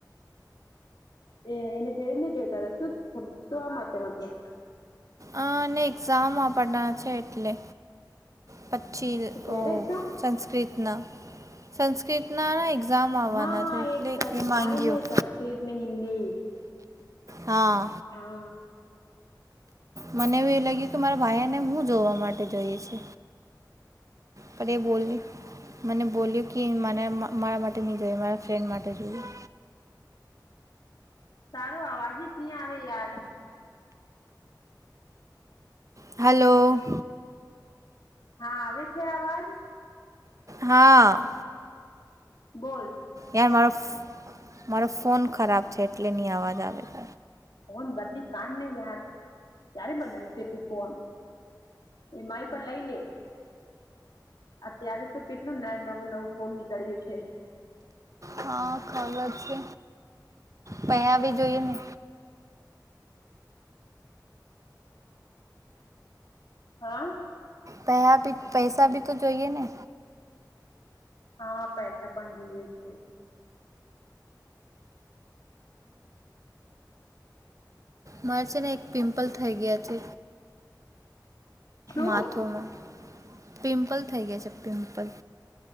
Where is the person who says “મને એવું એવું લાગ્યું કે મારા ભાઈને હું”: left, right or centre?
Right